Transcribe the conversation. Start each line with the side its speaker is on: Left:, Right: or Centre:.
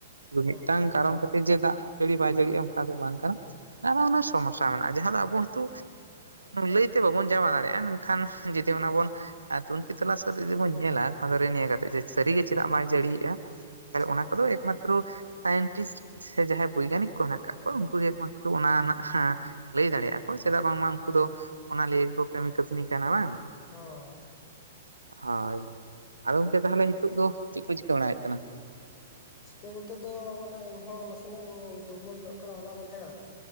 Right: ᱜᱮᱭᱟ
Left: ᱦᱩᱸ
Right: ᱢᱤᱫᱴᱟᱝ ᱠᱟᱨᱚᱱ <unintelligible> ᱡᱮ ᱫᱟᱜ ᱡᱟᱹᱲᱤ ᱵᱟᱭ ᱡᱟᱹᱲᱤᱼᱟ ᱚᱱᱠᱟ ᱫᱚ ᱵᱟᱝ ᱠᱟᱱᱟ ᱱᱟᱱᱟ ᱦᱩᱱᱟᱹᱨ ᱥᱚᱢᱚᱥᱟ ᱢᱮᱱᱟᱜᱼᱟ ᱡᱟᱦᱟᱸ ᱫᱚ ᱟᱵᱚ ᱦᱚᱭᱛᱚ
Left: ᱦᱩᱸ
Right: ᱞᱟᱹᱭ ᱛᱮ ᱵᱟᱵᱚᱱ ᱪᱟᱵᱟ ᱫᱟᱲᱮᱭᱟᱜᱼᱟ ᱢᱮᱱ ᱠᱷᱟᱱ ᱡᱩᱫᱤ ᱚᱱᱟ ᱵᱚᱱᱼᱼ ᱟᱨ ᱛᱩᱱᱠᱷᱤ ᱛᱚᱞᱟᱥ ᱠᱟᱛᱮᱫ ᱡᱩᱫᱤ ᱵᱚᱱ ᱧᱮᱞᱟ ᱠᱷᱟᱱᱮ ᱱᱤᱭᱟᱹ ᱠᱟᱛᱮᱜ ᱡᱮ ᱥᱟ. ᱨᱤ ᱜᱮ ᱪᱮᱫᱟᱜ ᱵᱟᱭ ᱡᱟᱹᱲᱤᱭ ᱮᱫᱼᱟ ᱛᱟᱦᱞᱮ
Left: ᱦᱩᱸ
Right: ᱚᱱᱟ ᱠᱚᱫᱚ ᱮᱠ ᱢᱟᱛᱨᱚ ᱥᱟᱭᱤᱱᱴᱤᱥᱴ ᱥᱮ ᱡᱟᱦᱟᱸᱭ ᱵᱳᱭᱜᱟᱱᱤᱠ ᱠᱚ ᱢᱮᱱᱟᱜ ᱟᱠᱟᱫ
Left: ᱦᱩᱸ
Right: ᱠᱚᱣᱟ ᱩᱱᱠᱩ <inaudible> ᱚᱱᱟ ᱨᱮᱱᱟᱜ ᱞᱟᱹᱭ ᱫᱟᱲᱮᱭᱟᱜᱼᱟ ᱠᱚ ᱪᱮᱫᱟᱜ ᱵᱟᱝᱢᱟ ᱩᱱᱠᱩ
Left: ᱦᱩᱸ
Right: ᱫᱚ ᱚᱱᱟ ᱞᱟᱹᱜᱤᱫ ᱠᱟᱹᱢᱤ ᱠᱟᱹᱥᱱᱤ ᱠᱟᱱᱟ ᱵᱟᱝ?
Left: ᱚᱻ
Right: ᱦᱳᱭ ᱟᱫᱚ ᱜᱚᱢᱠᱮ ᱛᱟᱦᱚᱞᱮ ᱱᱤᱛᱳ ᱫᱚ ᱪᱮᱫ ᱠᱚ ᱪᱤᱠᱟᱹ ᱵᱟᱲᱟᱭᱮᱫ ᱠᱟᱱᱟ?
Left: ᱪᱤᱠᱟᱹ ᱵᱚᱞᱛᱮ ᱫᱚ ᱢᱟᱱᱮ ᱤᱧᱦᱚᱸ ᱱᱟᱥᱮᱱᱟᱜ ᱤᱧ ᱫᱩᱨᱵᱚᱞ ᱡᱚᱜ ᱠᱟᱱᱟ ᱦᱚᱞᱟ ᱢᱟᱫᱷᱮᱨ,